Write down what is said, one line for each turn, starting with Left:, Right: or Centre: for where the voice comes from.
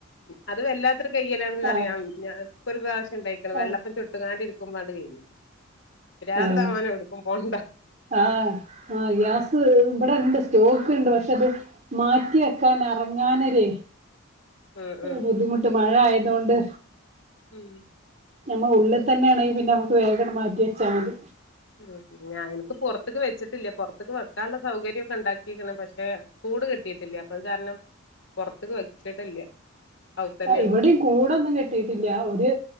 Left: <unintelligible> അത് വല്ലാത്തൊരു കഴിയലാണെന്ന് അറിയാം
Right: ആഹ്
Left: ഞാനാക്ക് ഒരു പ്രാവശ്യം ഉണ്ടായിരിക്കണ് വെള്ളപ്പം
Right: ആഹ്
Left: ചുട്ടുകാണ്ട് ഇരിക്കുമ്പോൾ കഴിഞ്ഞു പ്രാന്ത്
Right: ആഹ്
Left: എങ്ങാണം എടുക്കും പോണ്ട
Right: ആഹ് ആ ഗ്യാസ് ഇവിടെയുണ്ട് സ്റ്റോക്ക് ഉണ്ട് പക്ഷെ അത് മാറ്റി വെക്കാൻ വെക്കാനെരെ
Left: ഉം ഉം
Right: ബുദ്ധിമുട്ട് മഴ ആയതോണ്ട്
Left: ഉം
Right: നമ്മളെ ഉള്ളിൽ തന്നെയാണെങ്കി പിന്നെ നമുക്ക് വേഗം മാറ്റി വെച്ചാൽ മതി
Left: ഉം ഞാൻ എനിക്ക് പുറത്തേക്ക് വെച്ചിട്ടില്ല പുറത്തേക്ക് വെക്കാനുള്ള സൗകര്യം ഒക്കെ ഉണ്ടാക്കിരിക്കുന്നു പക്ഷെ കൂട് കിട്ടിയിട്ടില്ല അപ്പൊ അത് കാരണം പുറത്തക്ക് വെച്ചിട്ടില്ല അതു തന്നെയാണ്
Right: ഇവിടെയും
Left: കൊണ്ട്
Right: കൂടൊന്നും കെട്ടിയിട്ടില്ല ഒരു